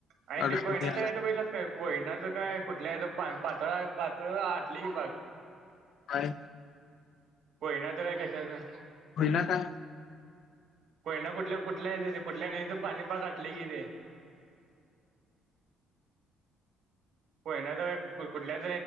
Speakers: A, on the right; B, on the left.
A: आणि
B: अडचणी
A: ते, कोयनाचं
B: आल्यात
A: काय तर बगितलास काय कोयनाचं काय कुठल्या हेच पाणी पातळ पातळ आटलयं की पाक.
B: काय?
A: कोयना च काय कशाचा.
B: होईना का,
A: कोयना कुठल्या, कुठल्या हेज ते कुठल्या नदीच पाणी पाक आठलं की रे. कोयना च काय कुठल्याच